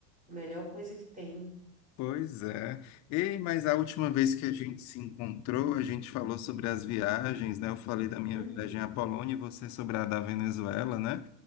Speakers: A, on the right (about 20°); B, on the left (about 45°).
A: A melhor coisa que tem.
B: Pois é. Ei, mas a última vez que a gente se encontrou, a gente falou sobre as viagens, né? Eu falei da minha
A: Uhum.
B: viagem à Polônia e você sobre a da Venezuela, né?